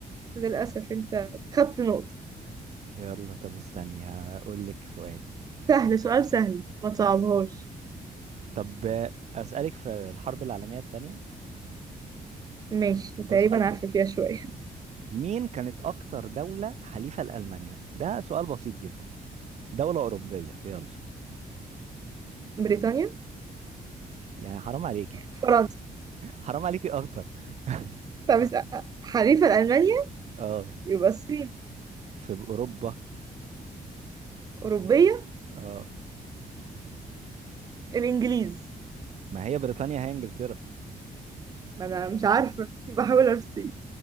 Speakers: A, on the right; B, on the right.
A: للأسف انت خدت نقطة
B: يلا طب استني هقول لك سؤال
A: سهل سؤال سهل ما تصعبهاش
B: طب آه، أسألك في الحرب العالمية التانية
A: ماشي تقريبا
B: هو سؤال بس
A: عارفة فيها شوية
B: مين كانت أكتر دولة حليفة لألمانيا؟ ده سؤال بسيط جدا دولة أوروبية يلا
A: بريطانيا
B: يعني حرام عليكي
A: فرنسا
B: حرام عليكي أكتر <laughs>
A: طب اس- حليفة لألمانيا
B: اه
A: يبقى الصين
B: في أوروبا
A: أوروبية
B: اه
A: الإنجليز
B: ما هي بريطانيا هي إنجلترا
A: ما أنا مش عارفة <laughs> بحاول أفتي